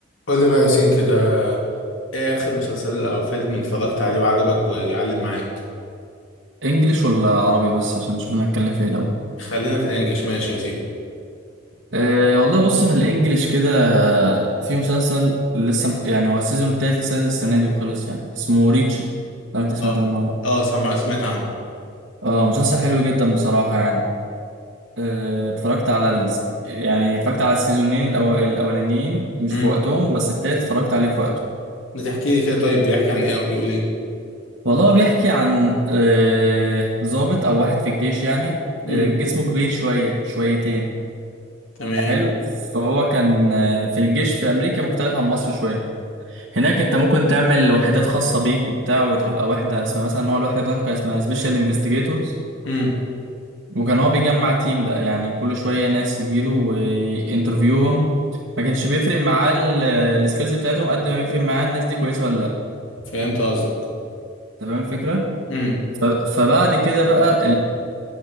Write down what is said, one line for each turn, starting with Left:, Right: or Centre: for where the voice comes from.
Left: قول لي بقى يا ياسين كده ايه اخر مسلسل او فيلم اتفرجت عليه وعجبك ويعلم معاك
Right: انجليش ولا عربي بس عشان نشوف انا هتكلم في ايه الاول
Left: خلينا في الانجليش ماشي يا سيدي
Right: أه والله بص في الانجليش كده في مسلسل لسه
Left: مم.
Right: مح... يعني هو السيزون التالت لسه نازل السنه دي وخلص يعني اسمه ريتش لو انت سمعت
Left: اه
Right: عنه ولا لأ.
Left: اه سمع سمعت عنه
Right: اه مسلسل حلو جدا بصراحه يعني آه، اتفرجت على ال... يعني اتفرجت على السيزونين الأو... الاولانيين مش
Left: امم
Right: في وقتهم بس التالت اتفرجت عليه في وقته
Left: بتحكي لي كده طيب بيحكي عن ايه وبيقول ايه
Right: والله هو بيحكي عن آه، ضابط او واحد في الجيش يعني
Left: امم
Right: آه، جسمه كبير شويه شويتين
Left: تمام
Right: حلو فهو كان آه، في الجيش في امريكا مختلف عن مصر شويه هناك انت ممكن تعمل وحدات خاصه بيك وبتاع وتبقى وحده اسمها مثلا هو الوحده بتاعته كان اسمها سبيشال انفستيجيتورز
Left: امم
Right: وكان هو بيجمع تيم بقى يعني كل شويه ناس يجيله وانترفيوهم ما كانش بيفرق معاه السكيلز بتاعتهم قد ما بيفرق معاه الناس دي كويسه ولا لا
Left: فهمت قصدك
Right: انت فاهم الفكره
Left: امم
Right: ف- فبعد كده بقى